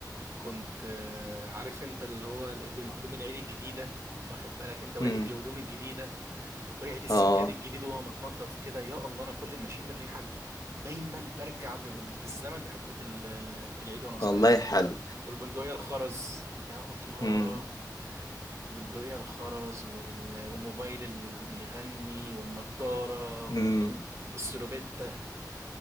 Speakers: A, on the right (about 45°); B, on the left (about 60°).
A: كنت آه، عارف أنت اللي هو الهدوم هدوم العيد الجديدة واخد بالك أنت وريحة
B: امم
A: الهدوم الجديدة وريحة السجاد
B: اه
A: الجديد وهو متنضف كده يا الله أنا كل ما أشم الريحة دي دايما برجع ب- ب- بالزمن لحتة ال- العيد وأنا صغير
B: والله
A: دي
B: حلو
A: والبندقية الخرز يا الله
B: امم
A: البندقية الخرز وال... والموبايل اللي اللي بيغني والنضارة وال...
B: امم
A: والسلوبيتا